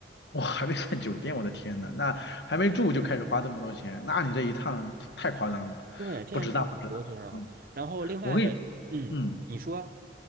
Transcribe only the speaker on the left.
我还没算酒店，我的天呐，那还没住就开始花这么多钱，那你这一趟太夸张了，
不值当不值当。嗯，我跟你
嗯。